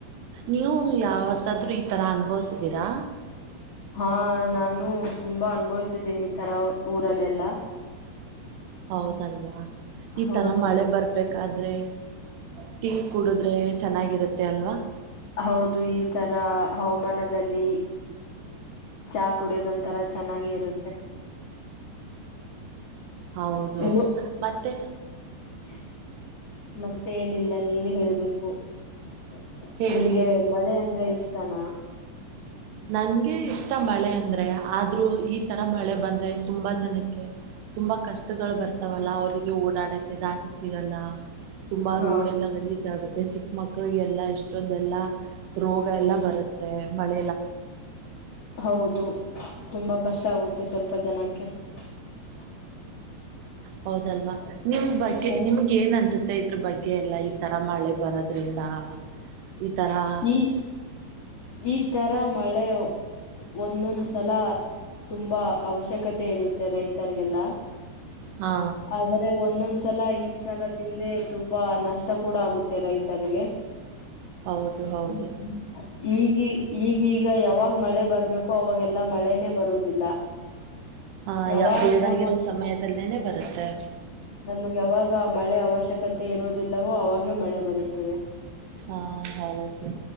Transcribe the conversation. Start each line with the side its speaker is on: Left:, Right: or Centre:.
Right: ನೀವು ಯಾವತ್ತಾದ್ರೂ ತರ್ ಅಂಬೋವ್ಸ್ ಸಿಕಿರಾ
Left: ಹಾ ನಾನು ತುಂಬಾ ಅನ್ಭವಿಸಿದ್ದೀನಿ ಈ ತರ ಊರಲ್ಲೆಲ್ಲಾ
Right: ಹೌದಲ್ವಾ ಈ
Left: ಹೌದು
Right: ತರ ಮಳೆ ಬರ್ಬೇಕಾದ್ರೆ ಟೀ ಕುಡುದ್ರೆ ಚೆನ್ನಾಗಿರುತ್ತೆ ಅಲ್ವಾ
Left: ಹೌದು ಈ ತರ ಹವಾಮಾನದಲ್ಲಿ ಚಹ ಕುಡಿಯೋದೊಂತರ ಚೆನ್ನಾಗ ಇರುತ್ತೆ
Right: ಹೌದು
Left: ಇನ್ನು
Right: ಮತ್ತೆ
Left: <unintelligible> ಮತ್ತೆ ಏನಿಲ್ಲ ನೀವೇ ಹೇಳ್ಬೇಕು <unintelligible>
Right: ಹೇಳಿ
Left: ನಿಮ್ಗೆ ಮಳೆ ಅಂದ್ರೆ ಇಷ್ಟ ತನಾ
Right: ನನ್ಗೆ ಇಷ್ಟ ಮಳೆ ಅಂದ್ರೆ ಆದ್ರೂ ಈ ತರ ಮಳೆ ಬಂದ್ರೆ ತುಂಬಾ ಜನಕ್ಕೆ ತುಂಬಾ ಕಷ್ಟಗಳು
Left: ಹ್ಮ್
Right: ಬರ್ತಾವಲ್ಲ ಅವ್ರಿ ಓಡಾಡಕ್ಕೆ ದಾರಿ ಸಿಗಲ್ಲ ತುಂಬಾ
Left: ಹಾ
Right: ರೋಡ್ ಎಲ್ಲಾ ಗಲ್ಲಿ ಇದಾಗುತ್ತೆ ಚಿಕ್ಕ ಮಕ್ಳಿಗೆಲ್ಲ ಎಷ್ಟೊಂದ ಎಲ್ಲಾ ರೋಗ ಎಲ್ಲಾ ಬರುತ್ತೆ ಮಳೆ
Left: <inaudible> ಹೌದು ತುಂಬಾ ಕಷ್ಟ ಗೊತ್ತಾಗುತ್ತೆ ಸ್ವಲ್ಪ ಜನಕ್ಕೆ <unintelligible>
Right: ಹೌದಲ್ವಾ ನಿಮ್ ಬಗ್ಗೆ
Left: ಹ.
Right: ನಿಮ್ಗೆ ಏನ್ ಅನ್ಸುತ್ತೆ ಇದ್ರ ಬಗ್ಗೆ ಎಲ್ಲಾ ಈ ತರ ಮಳೆ ಬರೋದ್ರಿಂದಾ... ಈತರಾ
Left: ಈ ಈ ತರ ಮಳೆ ಒಂದೊಂದ್ ಸಲ ತುಂಬಾ ಅವಶ್ಯಕತೆ ಇರುತ್ತೆ ರೈತರ್ರಿಗೆಲ್ಲ
Right: ಹಾ
Left: ಆದರೆ ಒಂದೊಂದು ಒಂದ್ಸಲ ಈ ತರದಿಂದೆ ತುಂಬಾ ನಷ್ಟ ಕೂಡ ಆಗುತ್ತೆ ರೈತರಿಗೆ
Right: ಹೌದು
Left: <inaudible>
Right: ಹೌದು
Left: ಈಗಿ ಈಗೀಗ ಯಾವಾಗ ಮಳೆ ಬರ್ಬೇಕೋ ಅವಾಗೆಲ್ಲಾ ಮಳೆನೆೇ ಬರೋದಿಲ್ಲ
Right: ಹಾ
Left: ಯಾವಾಗ್
Right: ಯ ಬೇಡಾಗಿರೋ
Left: ನಮ್ಮ
Right: ಸಮಯದಲ್ಲೇನೇ ಬರುತ್ತೆ
Left: ನಮಗೆ ಯಾವಾಗ ಮಳೆ ಅವಶ್ಯಕತೆ ಇರುವುದಿಲ್ಲವೋ ಅವಾಗೆ ಮಳೆ ಬರುತ್ತದೆ.
Right: ಹಾ ಹೌದು